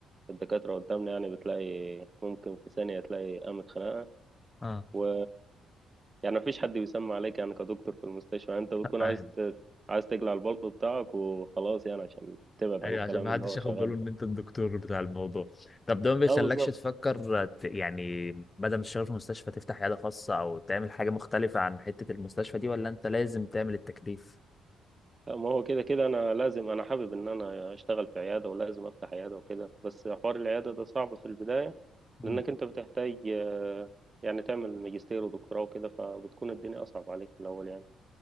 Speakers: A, on the right; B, on the left.
A: الدكاترة قدامنا يعني بتلاقي ممكن في ثانية تلاقي قامت خناقة
B: اه
A: و يعني مفيش حد بيسمع عليك يعني كدكتور في المستشفى يعني أنت بتكون
B: ايوه
A: عايز ت- عايز تقلع البلطو بتاعك وخلاص يعني عشان تبعد
B: ايوه
A: عن الكلام
B: عشان ما
A: اللي
B: حدش
A: هو
B: ياخد
A: شغال
B: باله ان انت الدكتور بتاع الموضوع طب ده ما بيخلكش
A: اه بالظبط
B: تفكر ت- يعني بدل ما تشتغل في مستشفى تفتح عياده خاصه او تعمل حاجه مختلفه عن حته المستشفى دي ولا انت لازم تعمل التكليف
A: لا، ما هو كده كده انا لازم انا حابب ان انا اشتغل في عياده ولازم افتح عياده وكده بس حوار العياده ده صعب في البدايه
B: مم.
A: لانك انت بتحتاج آه، يعني تعمل ماجستير ودكتوراه وكده فبتكون الدنيا اصعب عليك في الاول يعني